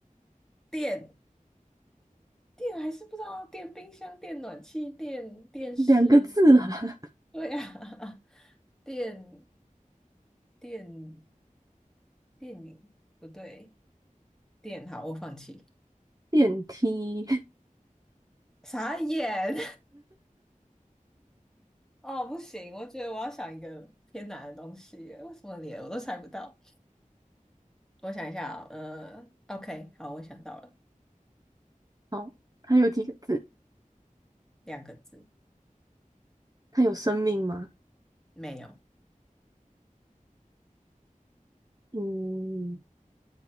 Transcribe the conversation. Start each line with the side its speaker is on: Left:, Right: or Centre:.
Centre: 电电还是不知道啊，电冰箱、电暖气、电电视，
Right: 两个字啦，
Centre: 对啊，<laughs> 电电电影不对。电好，我放弃。
Right: <laughs> 电梯。
Centre: 傻眼！<laughs> 哦，不行，我觉得我要想一个偏难的东西耶为什么连我都猜不到？我想一下哦，呃，OK，好，我想到了，
Right: 好，它有几个字？
Centre: 两个字，
Right: 它有生命吗？
Centre: 没有。
Right: 嗯，